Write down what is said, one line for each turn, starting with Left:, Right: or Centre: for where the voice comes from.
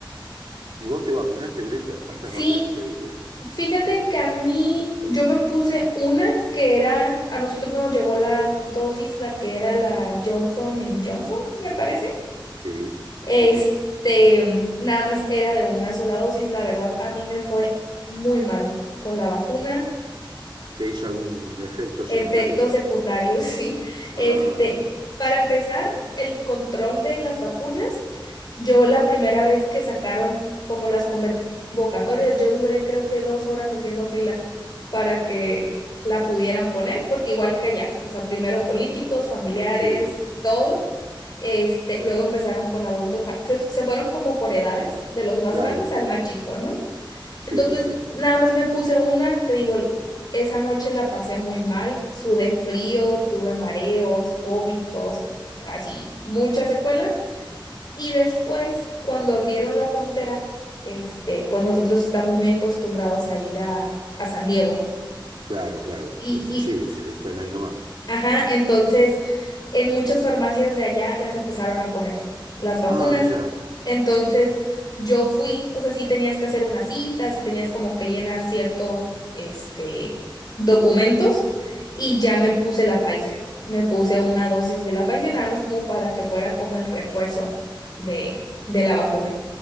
Right: ¿Y vos te vacunaste, Brenda? ¿Cuántas
Left: Sí,
Right: vacunas te diste?
Left: fíjate que a mí yo me puse una que era, a nosotros nos llegó la dosis, la que era la Johnson Johnson, me parece.
Right: Sí,
Left: Este,
Right: sí, sí.
Left: nada más era de una sola dosis, la verdad, a mí me fue muy mal con la vacuna.
Right: ¿Te hizo algún efecto secundario?
Left: Efectos secundarios, <laughs> sí.
Right: Ah,
Left: Este,
Right: mirá.
Left: para empezar, el control de las vacunas. Yo la primera vez que sacaron como las convocatorias, yo duré creo que dos horas haciendo fila para que la pudieran poner, porque igual que allá, o sea, primero políticos, familiares,
Right: Sí,
Left: todo. Este, luego empezaron con adultos, ma- se, se fueron como por edades, de los más
Right: claro.
Left: grandes al más chico, ¿no?
Right: Sí,
Left: Entonces,
Right: sí, sí.
Left: nada más me puse una, te digo, esa noche la pasé muy mal, sudé frío, tuve mareos, vómitos, así, muchas secuelas. Y después, cuando abrieron la frontera, este, pues nosotros estamos muy acostumbrados a ir a, a San Diego.
Right: Claro, claro.
Left: Y,
Right: Es- sí, es- están ahí nomás.
Left: Ajá, entonces en muchas farmacias de allá las empezaron a poner, las vacunas.
Right: Ah, mira,
Left: Entonces yo fui, o sea, sí tenías que hacer una cita, sí tenías como que llenar ciertos, este, documentos y ya me puse la Pfizer. Me puse una dosis de la Pfizer nada más como para que fuera como el refuerzo de, de la vacuna.